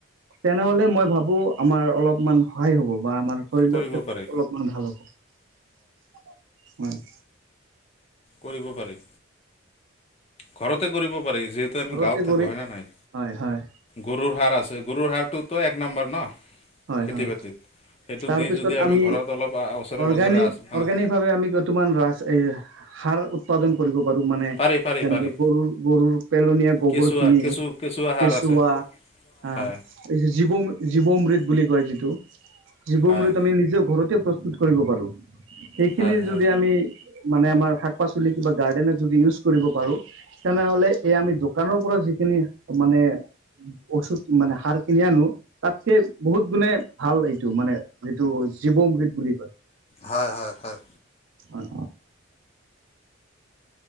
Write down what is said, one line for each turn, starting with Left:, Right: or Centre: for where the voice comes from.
Right: তেনেহলে মই ভাবো আমাৰ অলপমান সহায় হ'ব বা আমাৰ শৰীৰ
Left: কৰিব
Right: <unintelligible>
Left: পাৰি
Right: অলপমান ভাল হ'ব হয়।
Left: কৰিব পাৰে। ঘৰতে কৰিব পাৰে যিহেতু আমি
Right: ঘৰতে
Left: গাঁৱত
Right: কৰি
Left: থাকোঁ হয়নে নাই?
Right: হয় হয়
Left: গুৰুৰ সাৰ আছে গুৰুৰ সাৰটোটো এক নাম্বাৰ ন?
Right: হয়,
Left: খেতি
Right: হয়
Left: বাতিত সেইটো
Right: তাৰপিছত
Left: দি যদি
Right: আমি
Left: ঘৰত অলপ ওচৰে
Right: অৰ্গানিক,
Left: পাঁজৰে আ মানে
Right: অৰ্গেনিক ভাৱে আমি য'ত তোমান ৰাজ এইয়া সাৰ উৎ উৎপাদন কৰিব পাৰো মানে যেনেবা
Left: পাৰি পাৰি পাৰি
Right: গৰুৰ, গৰুৰ পেলনীয়া গোবৰ
Left: কেঁচুৱা
Right: খিনি
Left: কেঁচু কেঁচুৱা সাৰ
Right: কেচুৱা
Left: আছে
Right: আ
Left: হয়
Right: জীৱ-জীৱমৃতু বুলি কয় যিটো জীৱমৃত
Left: হয়
Right: আমি নিজেও ঘৰতে প্ৰস্তুত কৰিব পাৰো সেইখিনি
Left: হয় হয়
Right: যদি আমি মানে আমাৰ শাক-পাচলি কিবা গাৰ্ডেনৰ যদি ইউজ কৰিব পাৰো তেনেহলে এই আমি দোকানৰ পৰা যিখিনি মানে ঔছোধ মানে সাৰ কিনি আনো তাতকে বহুত গুণে ভাল এইটো মানে যিটো জীৱমৃত বুলি কয়।
Left: হয়, হয়, হয়।
Right: অ'